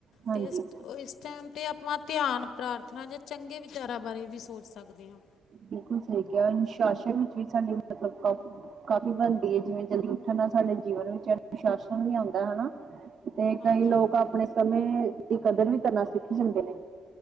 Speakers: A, on the right; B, on the left.
A: ਹਾਂਜੀ
B: ਤੇ ਇਸ-ਇਸ ਟਾਈਮ, ਤੇ ਆਪਾਂ,? ਧਿਆਨ, ਪ੍ਰਾਰਥਨਾ, ਜਾਂ ਚੰਗੇ ਵਿਚਾਰਾਂ, ਬਾਰੇ ਵੀ ਸੋਚ ਸਕਦੇ ਆ।
A: ਬਿਲਕੁਲ ਸਹੀ ਕਿਹਾ, ਅਨੁਸ਼ਾਸਨ ਵਿੱਚ ਵੀ ਸਾਡੀ ਮਤਲਬ ਕਾਫੀ-ਕਾਫੀ ਬਣਦੀ ਐ, ਜਿਵੇਂ ਜਲਦੀ ਉੱਠਣ ਸਾਡੇ ਜੀਵਨ, ਵਿੱਚ ਅਨੁਸ਼ਾਸਨ, ਵੀ ਆਉਂਦਾ ਹਨਾ। ਤੇ
B: ਹਾਂਜੀ
A: ਕਈ ਲੋਕ, ਆਪਣੇ ਸਮੇਂ, ਦੀ ਕਦਰ ਕਰਨਾ ਵੀ ਸਿੱਖ ਸਕਦੇ ਨੇ।